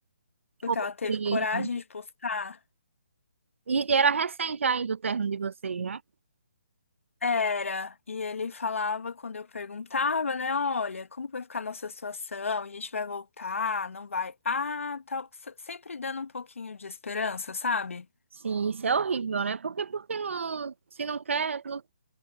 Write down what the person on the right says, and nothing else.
Ou
seja,
E era recente ainda o término de vocês, né?
Sim, isso é horrível, né? Porque, porque não, se não quer, não